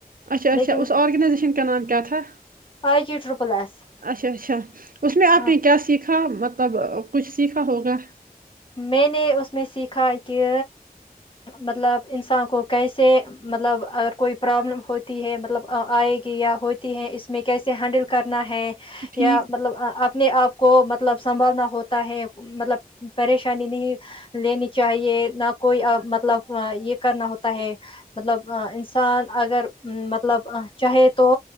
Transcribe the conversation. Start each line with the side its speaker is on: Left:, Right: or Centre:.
Right: اچھا اچھا
Left: لیکن
Right: اس آرگنائزیشن کا نام کیا تھا
Left: آئی جی ٹرپل ایس
Right: اچھا اچھا اس میں آپ
Left: ہاں
Right: نے کیا سیکھا سھا مطلب کچھ سیکھا ہوگا
Left: میں نے اس میں سیکھا کہ مطلب انسان کو کیسے مطلب اگر کوئی پرابلم ہوتی ہے مطلب آئے گی یا ہوتی ہے اس میں کیسے ہینڈل کرنا ہے
Right: ٹھیک
Left: یا مطلب اپنے آپ کو مطلب سنبھالنا ہوتا ہے مطلب پریشانی نہیں لینی چاہیے نہ کوئی مطلب یہ کرنا ہوتا ہے مطلب انسان اگر مطلب چاہے تو